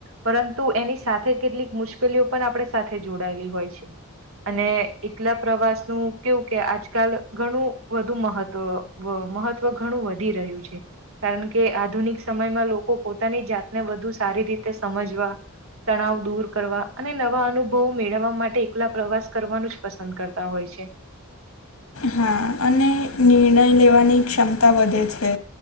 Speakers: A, on the right (about 70°); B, on the left (about 80°).
A: પરંતુ એની સાથે કેટલીક મુશ્કેલીઓ પણ આપણે સાથે જોડાયેલી હોય છે. અને એટલા પ્રવાસનું કેવું, કે આજકાલ ઘણું વધુ મહત્વ વ મહત્વ ઘણું વધી રહ્યું છે. કારણ કે આધુનિક સમયમાં લોકો, પોતાની જાતને વધુ સારી રીતે સમજવા તણાવ દૂર કરવા, અને નવા અનુભવો મેળવવા માટે, એકલા પ્રવાસ કરવાનું જ પસંદ કરતા હોય છે.
B: હા અને નિર્ણય લેવાની ક્ષમતા વધે છે.